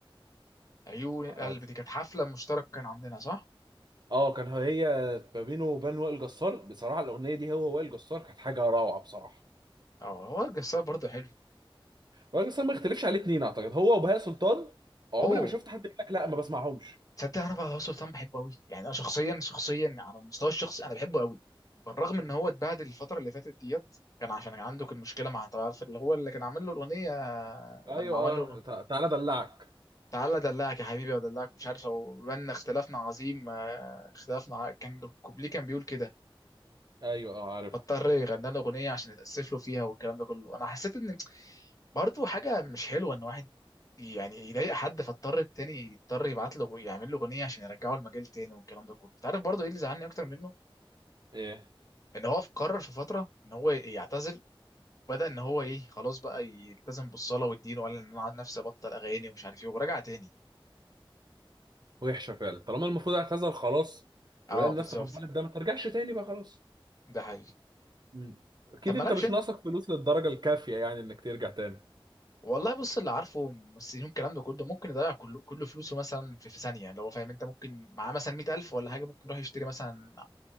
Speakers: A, on the left; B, on the right.
A: عيون القلب
B: اه
A: دي كانت حفله مشترك كانوا عاملينها صح
B: آه، كان هي ما بينه وبين وائل جسار بصراحه الاغنيه دي هو وائل جسار كانت حاجه روعه بصراحه
A: اه هو الجسار برضه حلو
B: وائل جسار ما يختلفش عليه اتنين اعتقد هو وبهاء سلطان عمري
A: اوه
B: ما شفت حد يقول لك لا ما بسمعهمش
A: تصدق انا بقى سلطان بحبه قوي يعني انا شخصيا شخصيا على المستوى الشخصي انا بحبه قوي بالرغم ان هو اتبهدل الفتره اللي فاتت ديت كان عشان كان عنده كان مشكله مع انت عارف اللي هو اللي كان عامل له الاغنيه
B: ايوه
A: لما عمل
B: اه
A: له
B: تع- تعالى ادلعك
A: تعالى ادلعك يا حبيبي وادلعك مش عارف هو بان اختلافنا عظيم آه، اختلافنا ع- كان الكوبليه كان بيقول كده
B: ايوه اه عارفه
A: فاضطر يغني له اغنيه عشان يتاسف له فيها والكلام ده كله انا حسيت ان برضه حاجه مش حلوه ان واحد يعني يضايق حد فاضطر التاني يضطر يبعت له يعمل له اغنيه عشان يرجعه المجال تاني والكلام ده كله انت عارف برضه ايه اللي زعلني اكتر منه
B: ايه
A: ان هو قرر في فتره ان هو يعتزل بدأ ان هو ايه خلاص بقى يلتزم بالصلاه والدين وقال ان انا عن نفسي ابطل اغاني ومش عارف ايه ورجع تاني
B: وحشه فعلا طالما المفروض اعتذر خلاص
A: اه
B: ولا الناس
A: بالظبط
B: تقبلت ده ما ترجعش تاني بقى خلاص
A: ده حقيقي
B: مم. اكيد
A: طب مالكش
B: انت مش
A: انت
B: ناقصك فلوس للدرجه الكافيه يعني انك ترجع تاني
A: والله بص اللي عارفه ممثلين الكلام ده كله ممكن يضيع كل كل فلوسه مثلا في, في ثانيه لو هو فاهم انت ممكن معاه مثلا 100000 ولا حاجه ممكن يروح يشتري مثلا